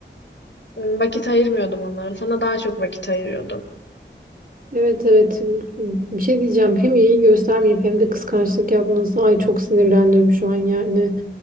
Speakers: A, on the left (about 75°); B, on the right (about 50°).
A: ım, vakit ayırmıyordum onlara. Sana daha çok vakit ayırıyordum.
B: Evet evet bir şey diyeceğim hem iyi göstermeyip hem de kıskançlık yapması ay çok sinirlendim şu an yani